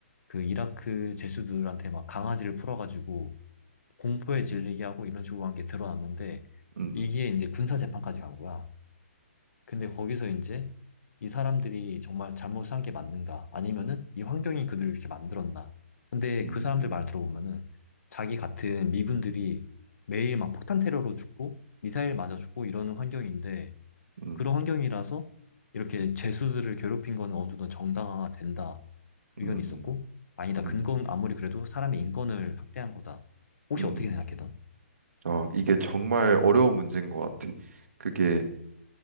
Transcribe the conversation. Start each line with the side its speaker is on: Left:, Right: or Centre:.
Left: 그 이라크 죄수들한테 막 강아지를 풀어가지고 공포에 질리게 하고 이런 식으로 한 게 드러났는데
Right: 음,
Left: 이게 이제 군사 재판까지 간 거야. 근데 거기서 이제 이 사람들이 정말 잘못 산 게 맞는가? 아니면은 이 환경이 그들을 이렇게 만들었나? 근데
Right: 음,
Left: 그
Right: 음,
Left: 사람들 말 들어보면은 자기 같은 미군들이 매일 막 폭탄 테러로 죽고 미사일 맞아 죽고 이러는 환경인데
Right: 음,
Left: 그런 환경이라서 이렇게 죄수들을 괴롭힌 건 어느 정도 정당화가 된다 의견이
Right: 음,
Left: 있었고 아니다 그건
Right: 음,
Left: 아무리 그래도 사람의 인권을 학대한 거다 혹시
Right: 음,
Left: 어떻게
Right: 음.
Left: 생각해 넌?
Right: 아, 이게 정말 어려운 문제인 것 같아. 그게